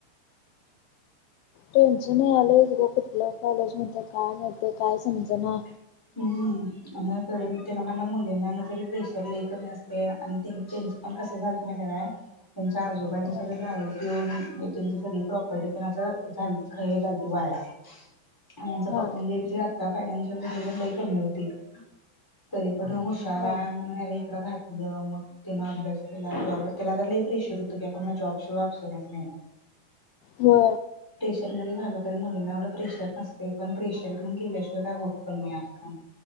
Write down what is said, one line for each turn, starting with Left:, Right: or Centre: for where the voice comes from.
Left: टेन्शन आले ग कुठल्या कॉलेजमध्ये काय मा काय समजना
Centre: ह् त मुलींना जरी प्रेशर ल कमी असते आणि त्यांच पण कसं झालत म्हया त्यांच्या आजोबांनी
Left: हं,
Centre: सगळ दारू पिऊन त्यांची सगळी प्रॉपर्टीत हेल वाया आणि म्हणजे
Left: हा
Centre: आता फायनाशिल कमी होती तरी पण हुशार
Left: हा
Centre: आहे म्हणून याला इकडं घातलं मग त्यान अभ्यास केला जॉब त्याला तर लई कमी होते प्रेशर होत क मला जॉब शिवाय ऑप्शनच नाही.
Left: हो
Centre: लग्न झालं तरी मुलींना एवढं प्रेशर नसते पण प्रेशर घेऊन केल्याशिय काय होत पण नाही. ह